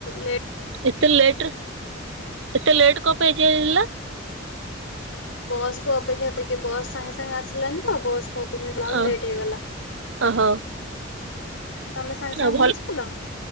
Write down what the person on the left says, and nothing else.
ଲେଟ
ବସ୍ କୁ ଅପେକ୍ଷା କରିକି ବସ୍ ସାଙ୍ଗେ ସାଙ୍ଗେ ଆସିଲାନି ତ। ବସ୍ ଅପେକ୍ଷା କଲା ବେଳକୁ
ଲେଟେ ହେଇଗଲା।
ତମେ ସାଙ୍ଗେ ସାଙ୍ଗେ
ପହଞ୍ଚିଥିଲ।